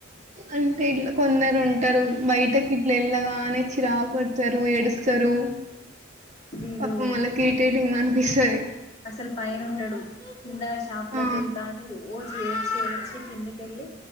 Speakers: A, on the right (about 35°); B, on the left (about 35°).
A: అంటే ఇట్ల కొందరు ఉంట ఉంటరు బయటకి ఇట్ల ఎళ్ళగానే చిరాకు పడతారు ఎడుస్తరు
B: వీడు
A: పాపం వాళ్ళకి ఇరిటెటింగ్ అనిపిస్తది
B: అసలు పైన ఉండడు కింద షాప్ లోకి
A: ఆ!
B: వెళ్తా అని రో ఏడ్చి ఏడ్చి కిందికెళ్ళి